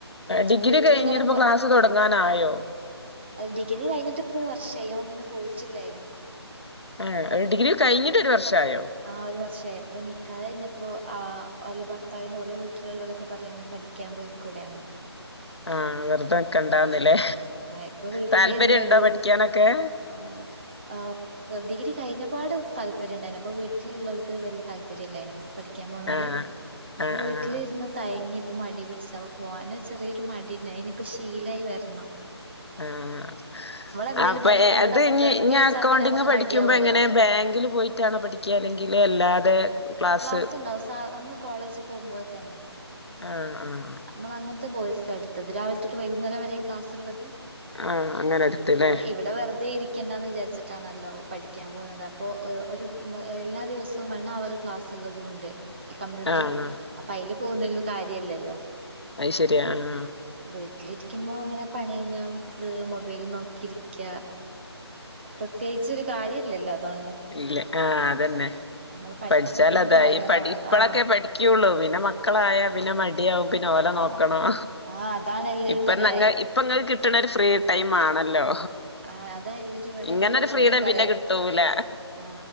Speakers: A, on the left; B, on the right.
A: ഡിഗ്രി
B: വീട്ടിലിങ്ങനെ
A: കഴിഞ്ഞിട്ടിപ്പോ ക്ലാസ് തൊടങ്ങാനായോ
B: അത് ഡിഗ്രി കഴിഞ്ഞിട്ടിപ്പൊ ഒരു വർഷായി ഞാ ഒന്നിനും പോയിട്ടില്ലായിനു
A: ആ ഡിഗ്രി കഴിഞ്ഞിട്ട് ഒരു വർഷായോ?
B: ആ ഒരു വർഷമായി അപ്പോ നിക്കാഹ് കഴിഞ്ഞപ്പോ ആ ഓലെ ഭർത്താവിന്റെ ഓലെ വീട്ടിലുള്ളോലൊക്കെ പറയങ്ങനെ പഠി ക്ക്യാൻ പോയിക്കൂടെന്ന്
A: ആ വെറുതെ നിക്കണ്ടാന്ന്ല്ലേ
B: ആ ഇപ്പൊ വീട്ടിലിരുന്ന്
A: താല്പര്യം ഉണ്ടോ
B: വീ
A: പഠിക്കാനൊക്കെ?
B: ആഹ് ആഹ് ഡിഗ്രി കഴിഞ്ഞപാട് താല്പര്യം ഉണ്ടായിരുന്നു അപ്പൊ വീട്ടിലുള്ളവർക്ക് വലിയ താല്പര്യമല്ലായിരുന്നു പഠി ക്ക്യാൻ പോണത്
A: ആഹ്
B: അപ്പൊവീ
A: ആഹ് ആഹ്
B: ട്ട്ലിര്ന്ന് തയങ്ങി ഇപ്പ മടി പിടിച്ച് അപ്പ പോവാനൊരു ചെറിയൊരു മടിണ്ട് അത് നിപ്പോ ശീലായി വെരണം
A: ആഹ്
B: എന്തേലും
A: അപ്പൊ
B: പഠിക്കുന്നത്
A: അത്
B: നമ്മൾ
A: ഇനി
B: നിർത്തി
A: ഇഞ്ഞി
B: വെച്ചാ
A: അക്കൗണ്ടിംഗ്
B: പിന്നെ നമുക്ക്
A: പഠിക്കുമ്പോ
B: മടിയാവല്ലോ
A: എങ്ങനെ ബാങ്കില് പോയി ഒറ്റാണോ പഠിക്ക അല്ലെങ്കിൽ അല്ലാതെ ക്ലാസ്
B: ക്ലാസ്ണ്ടാവും സ നമ്മൾ കോളേജ് പോകുമ്പോലെ തന്നെ
A: ആഹ് ആഹ്
B: നമ്മള് അങ്ങനത്തെ കോഴ്സ് എടുത്തത് രാവിലെ തൊട്ട് വൈകുന്നേരം വരെ ക്ലാസ്ള്ളത്
A: ആഹ് അങ്ങനെ എടുത്തല്ലേ
B: ഇപ്പൊ ഇവിടെ വെറുതെ ഇരി രിക്കണ്ടാന്ന് വിചാരിച്ചിട്ടാണല്ലോ പഠിക്കാൻ പോകുന്നത് അപ്പൊ ഒ ഒരു എല്ലാ ദിവസവും വണ്ണ് അവറ് ക്ലാസ് ള്ളതും ഉണ്ട് ഈ കമ്പ്യൂട്ടർ
A: ആഹ്
B: അപ്പൊ അയിൽ പോകുന്നല്ലോ കാര്യല്ലല്ലോ
A: അയ് ശരിയാ ആഹ്
B: വീട്ടിലിരിക്കുമ്പോ ഇങ്ങനെ പണി കഴിഞ്ഞാ ഫുള് മൊബൈൽ നോക്കിയിരിക്ക പ്രത്യേകിച്ച് ഒരു കാര്യല്ലല്ലോ അതുകൊണ്ട്
A: ഇല്ല ആഹ് അതന്നെ
B: നമ്മൾ പഠിച്ചു
A: പഠിച്ചാല്
B: വെക്കുന്നത്
A: അതായി
B: നല്ലതാണല്ലോ
A: പഠി ഇപ്പളൊക്കെ
B: ആഹ്
A: പഠിക്കുള്ളു പിന്നെ മക്കളായ പിന്നെ മടിയാവും പിന്നെ ഓലെ നോക്കണം
B: ആഹ് ആഹ് അതാണ് എല്ലാരും
A: ഇപ്പന്നെ
B: പറയാ
A: അങ്ങെ ഇപ്പം ഇങ്ങക്ക് കിട്ടണ ഒരു ഫ്രീ ടൈം ആണല്ലോ
B: ആ അതാ എല്ലരും ഇവിടെ
A: ഇങ്ങനൊരു
B: ഉള്ളാലൊക്കെ
A: ഫ്രീഡം
B: ഇങ്ങനെ പറയും
A: പിന്നെ കിട്ടൂല
B: ആ